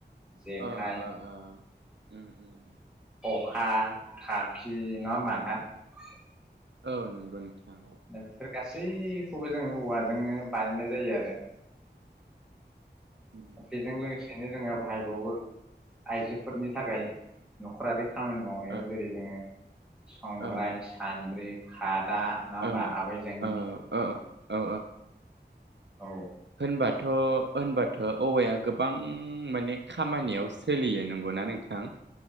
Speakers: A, in the centre; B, on the right (about 75°).
A: जेखाइ
B: ओ ओ ओ उम उम।
A: <unintelligible> <unintelligible>
B: उम औ नंगौ नोंथां।
A: बेफोर गासैखौबो जोंओ औवाजोंनो बानायनाय जायो आरो।
B: उम
A: बेजों लोगोसेनो जोंओ। बाहायबावो आइजोफोरनि थाखाय न'खरारि खामानि मावनायाव
B: ओ
A: जेरै जोङो संग्राय,
B: ओ
A: सान्द्रि फाद दा नङा होमबा
B: ओ
A: आबै जांगि
B: ओ औ औ औ।
A: औ
B: होनबाथ' होनबाथ' औवाया गोबां माने खामानियाव सोलियो नंगौना नों थां?